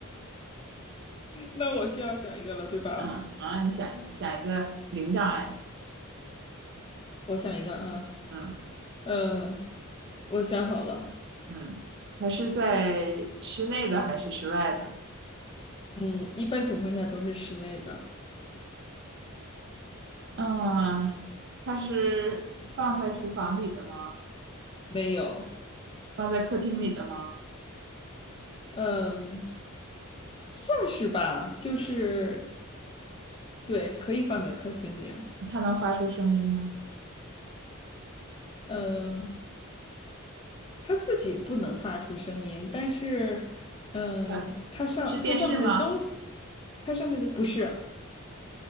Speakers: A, on the left; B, on the right.
A: 那我需要想一个了，对吧？
B: 嗯啊，你想一个，想一个零障碍的，
A: 我想一个啊，
B: 嗯
A: 嗯，我想好了，
B: 嗯，它是在室内的还是室外的？
A: 嗯，一般情况下都是室内的，
B: 嗯，它是放在厨房里的吗？
A: 没有，
B: 放在客厅里的吗？
A: 嗯，算是吧，就是对，可以放在客厅里，
B: 它能发出声音吗？
A: 嗯，它自己不能发出声音，但是，嗯，
B: 它
A: 它上它上面的东西，
B: 是电视吗？
A: 它上面的不是，